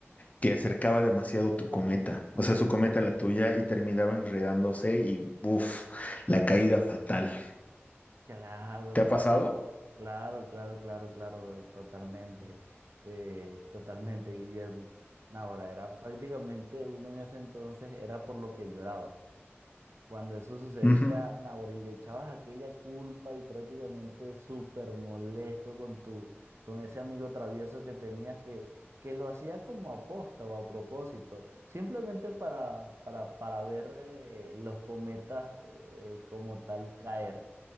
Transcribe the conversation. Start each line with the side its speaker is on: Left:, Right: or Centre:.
Left: que acercaba demasiado tu cometa, o sea, su cometa a la tuya y terminaba enredándose y, uff, la caída fatal.
Right: Claro,
Left: ¿Te ha
Right: claro,
Left: pasado?
Right: claro, claro, claro, claro, totalmente, eh, totalmente, Guillermo. No, Ahora, era prácticamente uno en ese entonces, era por lo que lloraba. Cuando eso sucedía,
Left: Ujú.
Right: Nahuel, y le echabas aquella culpa y prácticamente súper molesto con tu, con ese amigo travieso que tenías que, que lo hacía como aposta o a propósito, simplemente para, para, para ver eh, los cometas eh, como tal caer.